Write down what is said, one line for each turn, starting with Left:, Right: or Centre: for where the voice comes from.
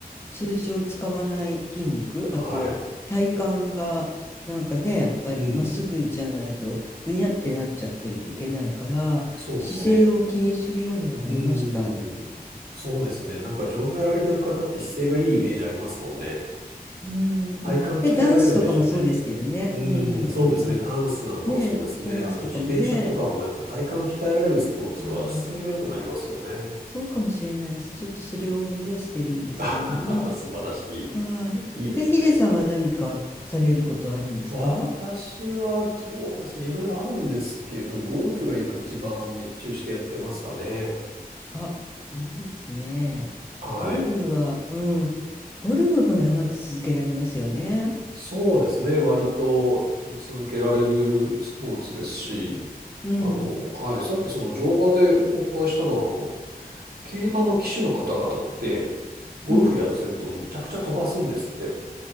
Left: 通常使わない筋肉、
Right: はい。
Left: あと体幹がなんかね、やっぱりまっすぐじゃないとぐにゃってなっちゃってるといけないから、
Right: うん。そうですね。
Left: 姿勢を気にするようにはなりました。
Right: うーん。そうですね。なんか乗馬やられてる方って姿勢がいいイメージありますもんね。
Left: うん、
Right: 体幹鍛えられるんでしょうね。
Left: まあ、で、ダンスとかもそうですけどね。
Right: うーん、
Left: うんうんうんうん。
Right: そうですね。ダンスなんかもそうですね。
Left: ねえ、ダンスとかもね、
Right: あと自転車とかもやっぱ体幹鍛えられるスポーツは姿勢が良くなりますよね。
Left: ああ、そうかもしれないです。ちょっとそれを目指してるんですけれども。
Right: <laughs> あはは素晴らし
Left: はい。
Right: い。いいですね。
Left: え、ヒデさんは何かされることはあるんですか
Right: 私はそうですね。いろいろあるんですけど、ゴルフが今一番熱中してやってますかね。
Left: あ、いいですね。
Right: はい。
Left: ゴルフは、うん。ゴルフも長く続けられますよね。
Right: そうですね。割と続けられるスポーツですし、
Left: うん。
Right: あの、はい、さっきその乗馬でお伺いしたのは、あの、競馬の騎手の方々って、ゴルフやらせるとむちゃくちゃ飛ばすんですって。
Left: うん